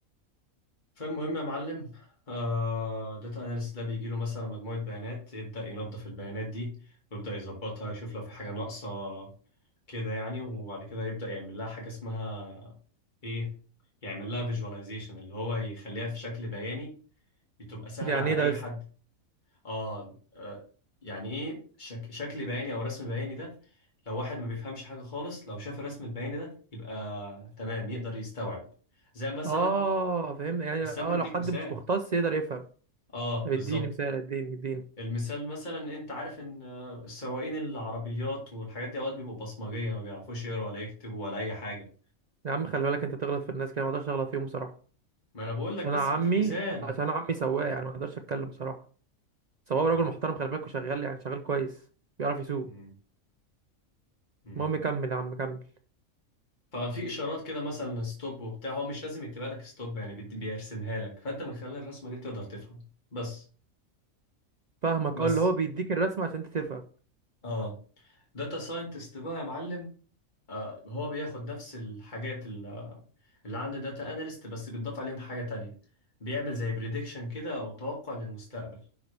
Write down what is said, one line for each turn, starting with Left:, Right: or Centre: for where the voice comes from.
Left: فالمهم يا معلم آه داتا اناليست ده بيجي له مثلا مجموعة بيانات يبدأ ينظف البيانات دي ويبدأ يظبطها يشوف لو في حاجة ناقصة كده يعني وبعد كده يبدأ يعمل لها حاجة اسمها ايه يعمل لها فيجواليزيشن اللي هو يخليها في شكل بياني تبقى سهلة
Right: دي يعني
Left: على
Right: ايه
Left: أي
Right: ده يا اسطى
Left: حد آه, آه يعني ايه شك شكل بياني أو رسم بياني ده لو واحد ما بيفهمش حاجة خالص لو شاف الرسم البياني ده يبقى تمام يقدر يستوعب زي مثلا
Right: اه فهمت يعني
Left: استنى
Right: اه
Left: هديك
Right: لو حد
Left: مثال
Right: مش مختص يقدر يفهم
Left: اه
Right: طب
Left: بالظبط
Right: اديني مثال اديني اديني
Left: المثال مثلا انت عارف ان آه، السواقين العربيات والحاجات دي اوقات بيبقوا بصمجيه ما بيعرفوش يقروا ولا يكتبوا ولا اي حاجه
Right: يا عم خلي بالك انت تغلط في الناس كده ما اقدرش اغلط فيهم بصراحه
Left: ما انا بقول لك
Right: عشان انا
Left: بس
Right: عمي
Left: بديك مثال
Right: عشان انا عمي سواق يعني ما اقدرش اتكلم بصراحه سواق
Left: مم.
Right: راجل محترم خلي بالك وشغال يعني شغال كويس بيعرف يسوق
Left: مم. مم.
Right: المهم كمل يا عم كمل
Left: ففي اشارات كده مثلا ستوب وبتاع هو مش لازم يكتبها لك ستوب يعني بيد- بيرسمها لك فانت من خلال الرسمه دي بتقدر تفهم بس
Right: فاهمك
Left: بس
Right: اه اللي هو بيديك الرسمه عشان انت تفهم
Left: اه داتا ساينتست بقى يا معلم آه هو بياخد نفس الحاجات اللي عندي داتا اناليست بس بيتضاف عليهم حاجة تانية بيعمل زي بريدكشن كده او توقع للمستقبل